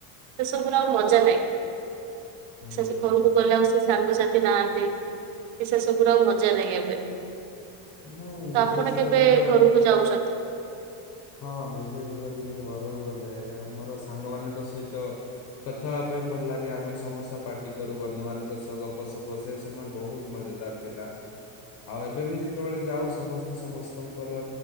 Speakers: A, on the right; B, on the left.
A: ସେ ସବୁ ଆ ମଜା ନାହିଁ।
B: ନାଇଁ।
A: ସେ ଘରକୁ ଗଲେ ଆଉ ସେ ସାଙ୍ଗସାଥି ନାହାନ୍ତି କି ସେସବୁର ଆଉ ମଜା ନାହିଁ ଏବେ।
B: ନାଇଁ
A: ତ
B: ବିଶେଷ
A: ଆପଣ କେବେ
B: କରି ତ
A: ଘରକୁ ଯାଉଛନ୍ତି?
B: ହଁ ବିଶେଷ କରି ମୁଁ ଘରକୁ ଗଲେ ଆମର ସାଙ୍ଗମାନଙ୍କ ସହିତ କଥା ହେବା ପାଇଁ ଭଲ ଲାଗେ। ଆମେ ସମସ୍ତେ ପାର୍ଟି କରୁ ବନ୍ଧୁମାନଙ୍କ ସହ ଗପସପ ସେ ସମୟ ବହୁତ ମଜେଦାର୍ ଥିଲା। ଆଉ ଏବେ ବି ଯେତେବେଳେ ଯାଉ ସମସ୍ତେ ସମସ୍ତଙ୍କର